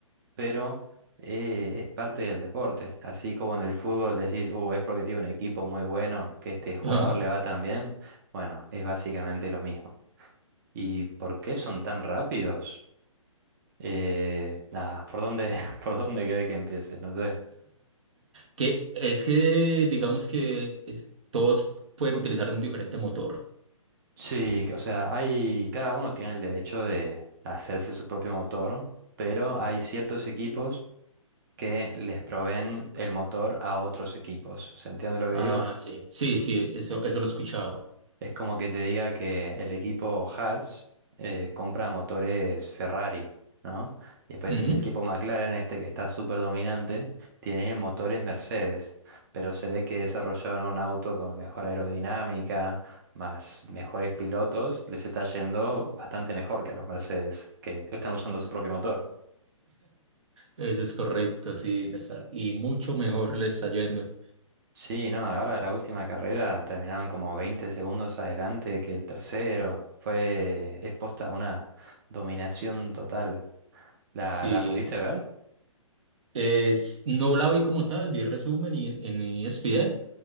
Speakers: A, on the right; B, on the right.
A: pero eh, es parte del deporte. Así como en el fútbol decís, uh, es porque tiene un equipo muy bueno, que este jugador
B: <laughs>
A: le va tan bien. Bueno, es básicamente lo mismo. ¿Y por qué son tan rápidos? Eh, nada, ¿por dónde, <laughs> por dónde querés que empiece? No sé.
B: Que es que digamos que es- todos pueden utilizar un diferente motor.
A: Sí, o sea, hay, cada uno tiene el derecho de hacerse su propio motor, pero hay ciertos equipos que les proveen el motor a otros equipos. ¿Se entiende lo que
B: Ah,
A: digo?
B: sí, sí, sí, eso, eso lo he escuchado.
A: Es como que te diga que el equipo Haas eh, compra motores Ferrari, ¿no? Y después
B: Ujú,
A: el equipo McLaren, este que está súper dominante, tiene motores Mercedes, pero se ve que desarrollaron un auto con mejor aerodinámica, más mejores pilotos, les está yendo bastante mejor que a los Mercedes, que están usando su propio motor.
B: Eso es correcto, sí, le está- y mucho mejor le está yendo.
A: Sí, no, ahora la última carrera terminaron como 20 segundos adelante que el tercero. Fue expuesta a una dominación total. ¿La,
B: Sí,
A: la pudiste ver?
B: es, no la vi como tal, vi resumen y, en ESPN,